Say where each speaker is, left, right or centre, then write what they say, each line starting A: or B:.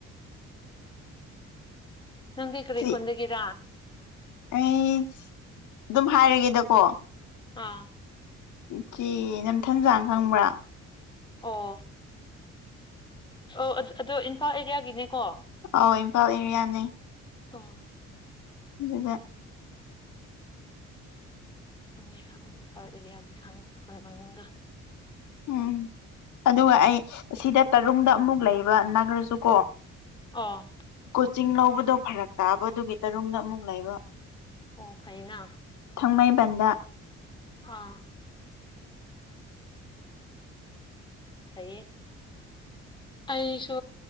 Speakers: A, on the left; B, on the left.
A: ꯅꯪꯗꯤ ꯀꯔꯤꯈꯣꯣꯟꯗꯒꯤꯔꯥ
B: ꯆꯤ ꯑꯩ ꯑꯗꯨꯝ ꯍꯥꯏꯔꯒꯦꯗꯀꯣ
A: ꯑꯥ
B: ꯆꯦ ꯅꯝꯊꯟꯖꯥꯡ ꯈꯪꯕ꯭ꯔꯥ
A: ꯑꯣ ꯑꯣ ꯑꯗꯣ ꯏꯝꯐꯥꯜ ꯑꯦꯔꯤꯌꯥꯒꯤꯅꯦꯀꯣ
B: ꯑꯧ ꯏꯝꯐꯥꯜ ꯑꯦꯔꯤꯌꯥꯅꯦ
A: ꯑ
B: ꯑꯗꯨꯗ
A: ꯐ ꯈꯪ ꯄꯥꯎꯔꯔ ꯌꯥꯗꯤ ꯈꯥꯉꯗ
B: ꯎꯝ ꯑꯗꯨꯒ ꯑꯩ ꯁꯤꯗ ꯇꯔꯨꯡꯗ ꯑꯃꯨꯛ ꯂꯩꯕ ꯅꯥꯈ꯭ꯔꯁꯨꯀꯣ
A: ꯑꯥ
B: ꯀꯣꯆꯤꯡ ꯂꯧꯕꯗꯣ ꯐꯔꯛ ꯇꯥꯕ ꯑꯗꯨꯒꯤ ꯇꯔꯨꯡꯗ ꯑꯃꯨꯛ ꯂꯩꯕ
A: ꯑꯣ ꯐꯩꯅ
B: ꯊꯥꯡꯃꯩꯕꯟꯗ
A: ꯑꯥ ꯍꯥꯏꯌꯦ ꯑꯁꯨ